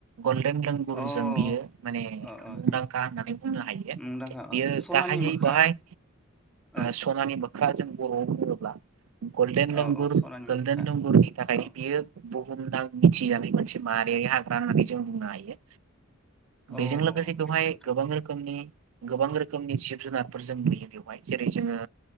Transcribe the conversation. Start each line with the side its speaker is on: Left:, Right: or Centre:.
Right: गलदेन लांगुर
Centre: अ
Right: जोंनि बियो माने
Centre: अ अ
Right: मुंदांखा होननानै बुंनो हायो
Centre: मुंदांखा
Right: बियो
Centre: अ सनानि
Right: गाहायै
Centre: मोख्रा
Right: बाहाय
Centre: औ
Right: सनानि बा जों बर'आव बुङोब्ला गलदेन लांगुर
Centre: औ औ सनानि
Right: गलदेन
Centre: मोख्रा
Right: लांगुरनि थाखायनो
Centre: औ
Right: बियो बुहुमनां मिथिजानाय मोनसे माहारियारि हाग्रा मा होननानै जों बुंनो हायो
Centre: औ
Right: बेजों लोगोसे बेवहाय
Centre: औ नोंथां
Right: गोबां रोखोमनि गोबां रोखोम रोखोमनि जिब जुनारफोर जों नुयो बेवहाय जेरै जोङो